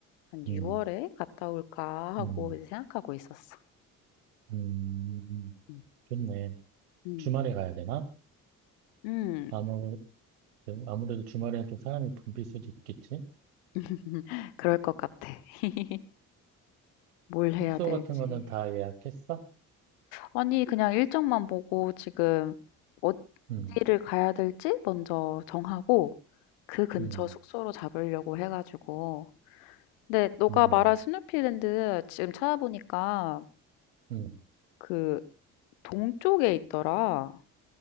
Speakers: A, on the left (about 70°); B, on the right (about 80°).
A: 한 6월에
B: 음,
A: 갔다 올까 하고
B: 음,
A: 이제 생각하고 있었어.
B: 음,
A: 음,
B: 좋네.
A: 음,
B: 주말에 가야 되나?
A: 음.
B: 아무, 아무래도 주말에는 좀 사람이 붐빌 수도 있겠지?
A: <laughs> 그럴 것 같아. <laughs> 뭘
B: 숙소
A: 해야 될지.
B: 같은 거는 다 예약했어?
A: 아니, 그냥 일정만 보고 지금 어디를
B: 음,
A: 가야 될지 먼저 정하고 그 근처
B: 음,
A: 숙소로 잡으려고 해가지고. 근데 너가
B: 음,
A: 말한 스누피랜드 지금 찾아보니까
B: 음,
A: 그 동쪽에 있더라.